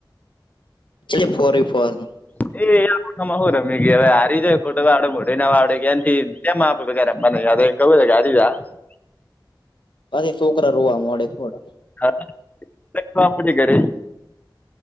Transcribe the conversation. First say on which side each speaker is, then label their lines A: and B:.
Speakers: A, on the left; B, on the left.
A: <unintelligible>
B: <unintelligible> <unintelligible>
A: પછી છોકરા રોવા મળે થોડા
B: <unintelligible> ઘરે